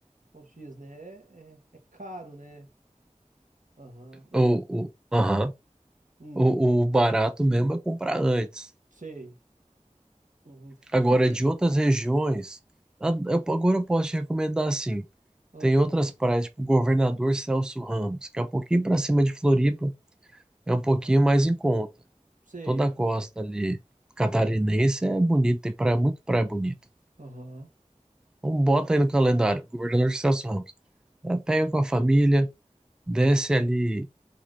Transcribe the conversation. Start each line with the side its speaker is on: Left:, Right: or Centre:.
Right: como se diz, né? É, é caro, né? Aham. Eu.
Centre: O, o, aham.
Right: Hum,
Centre: O, o barato mesmo é comprar antes.
Right: sei. Uhum.
Centre: Agora,
Right: E tem.
Centre: de outras regiões, a- eu- agora eu posso te recomendar assim.
Right: Ah,
Centre: Tem outras praias, tipo Governador Celso Ramos, que é um pouquinho para cima de Floripa, é um pouquinho
Right: Aham.
Centre: mais em conta.
Right: Sei.
Centre: Toda a costa ali catarinense é bonita, tem praia, muito praia bonita.
Right: Aham.
Centre: Então bota aí no calendário, Governador Celso Ramos. É, pega com a família, desce ali